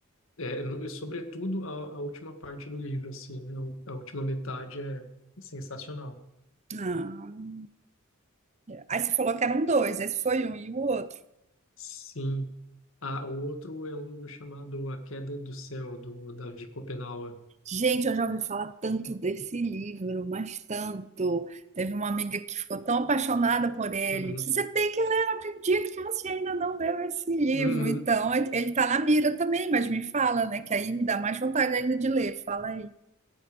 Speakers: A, on the left; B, on the right.
A: É, no- e sobretudo a, a última parte do livro, assim, a, u- a última metade é sensacional.
B: Ah, aí você falou que eram dois, esse foi um e o outro.
A: Sim. Ah, o outro é um livro chamado A Queda do Céu, do Davi Kopenawa.
B: Gente, eu já ouvi falar tanto desse livro, mas tanto. Teve uma amiga que ficou tão apaixonada por ele.
A: Uhum.
B: Disse, Você tem que ler, não acredito que você ainda não leu esse livro.
A: Uhum.
B: Então, ele tá na mira também, mas me fala, né? Que aí me dá mais vontade ainda de ler. Fala aí.